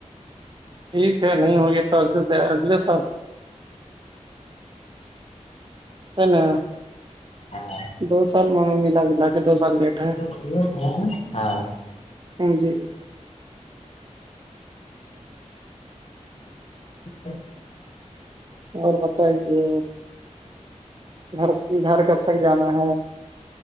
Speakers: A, on the right (about 40°); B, on the left (about 55°).
A: ٹھیک ہے نہیں ہوگی تو اگلے سے اگلے سال ہے نہ
B: ہاں
A: دو سال م ملا جلا کے دو سال لیٹ ہے
B: <unintelligible>
A: جی
B: <unintelligible>
A: اور بتائدے گھر گھر کب تک جانا ہے